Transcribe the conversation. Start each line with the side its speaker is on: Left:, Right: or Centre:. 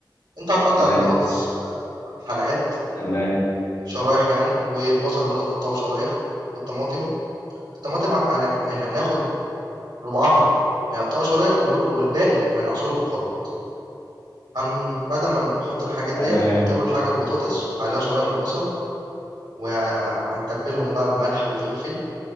Right: انت هتقطع
Left: تمام
Right: البطاطس آه، حلقات
Left: تمام
Right: شرايح يعني والبصل برضه تقطعه شرايح والطماطم الطماطم هنعم- يعني هناخد ربعها نقطعه شرايح والربع والباقي هنعصره في الخلاط هن... بعد ما نحط الحاجات
Left: تمام
Right: ديت هنحط اول حاجه البطاطس وعليها شرايح البصل وهنتبلهم بقى بملح وفلفل